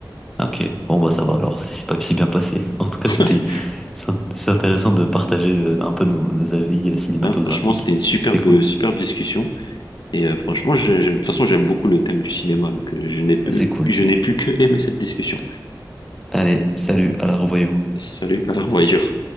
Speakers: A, in the centre; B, on the left (about 70°).
A: Ah, Ok. Bon bah ça va alors, c'est c'est pas si bien passé. <laughs> En tout cas,
B: <laughs>
A: c'était, c'est int- c'est intéressant de partager euh, un peu nos, nos avis euh, cinématographiques.
B: Hein, franchement, c'était une superbe,
A: C'est cool.
B: superbe discussion. Et euh, franchement, j'ai- j'ai- de toute façon, j'aime beaucoup le thème du cinéma. Donc, euh, je n'ai pu,
A: Bah, c'est cool.
B: je n'ai plus que aimer cette discussion.
A: Allez, salut, à la revoyure.
B: Salut, à la revoyure.